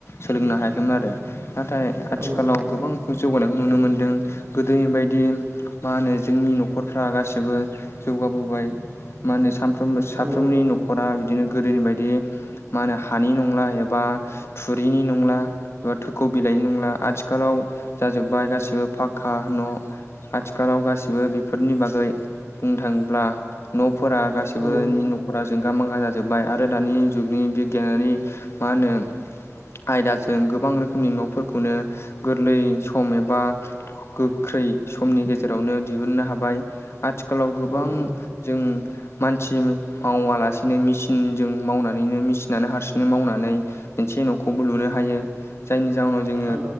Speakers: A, on the left; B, on the right.
A: सोलोंनो हायाखैमोन आरो। नाथाय आथिखालाव
B: औ
A: गोबां जौगानायखौ नुनो मोनदों गोदोनि बायदि मा होनो जोंनि न'खरफ्रा गासैसिबो जौगाबोबाय मा होनो सानफ्रोमबो साफ्रोमनि
B: औ
A: न'खरा बिदिनो गोदोनि बायदि मा होनो हानि नंला एबा थुरिनि नंला एबा थोखौ बिलाइनि नंला आथिखालाव जाजोब्बाय गासिबो फाक्का न'। आथिखालाव गासिबो बेफोरनि बागै बुंनो थाङोब्ला न'फोरा गासिबो
B: औ
A: नि न' जोंगा मांगा जाजोब्बाय आरो दानि जुगनि बिगियानारि मा होनो आयदाजों गोबां रोखोमनि न'फोरखौनो गोरलै सम एबा गोख्रै समनि गेजेरावनो दिहुननो हाबाय आथिखालाव गोबां
B: औ
A: जों मानसि मावा लासिनो मेसिनजों मावनानैनो मेसिनानो हारसिंयै मावनानै मोनसे न'खौबो लुनो हायो जायनि जााहोनाव जोङो
B: औ